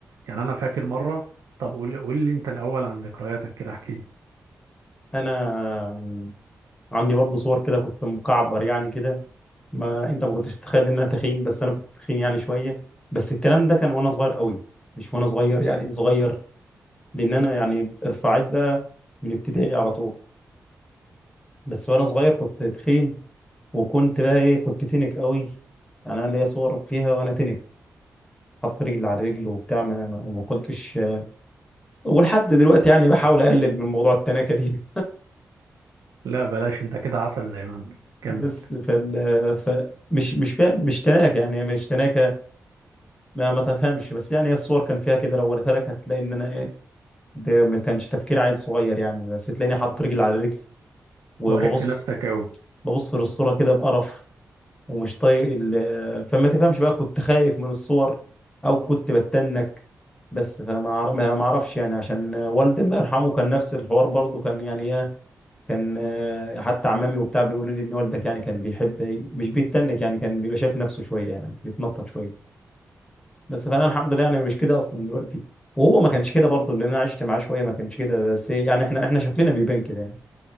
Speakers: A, on the right (about 80°); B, on the left (about 15°).
A: يعني انا فاكر مره طب قول قول لي انت الاول عن ذكرياتك كده احكي لي
B: انا عندي برضه صور كده كنت مكعبر يعني كده ما انت ما كنتش تتخيل ان انا تخين بس انا كنت تخين يعني شويه بس الكلام ده كان وانا صغير قوي مش وانا صغير يعني صغير لان انا يعني ارفعت بقى من ابتدائي على طول بس وانا صغير كنت تخين وكنت بقى ايه كنت تنك قوي يعني انا ليا صور فيها وانا تنك حط رجل على رجل وبتاع ما ما- وما كنتش ولحد دلوقتي يعني بحاول اقلل من موضوع التناكه دي
A: لا بلاش انت كده عسل زي ما انت
B: <laughs>
A: كمل
B: بس فال ف مش مش فا... مش تناكه يعني مش تناكه ما, ما تفهمش بس يعني هي الصور كان فيها كده لو وريتها لك هتلاقي ان انا ايه ده ما كانش تفكير عيل صغير يعني بس تلاقيني حاطط رجل على رجل وببص
A: واخد في نفسك قوي
B: ببص للصورة كده بقرف ومش طايق ال- فما تفهمش بقى كنت خايف من الصور او كنت بتنك بس فما أعر- ما ما اعرفش يعني عشان والدي الله يرحمه كان نفس الحوار برضه كان يعني ايه كان آه، حتى عمامي وبتاع بيقولوا لي ان والدك يعني كان بيحب مش بيتنك يعني كان بيبقى شايف نفسه شوية يعني بيتنطط شوية بس فانا الحمد لله يعني مش كده اصلا دلوقتي وهو ما كانش كده برضه اللي انا عشت معاه شويه ما كانش كده بس إيه، يعني احنا احنا شكلنا بيبان كده يعني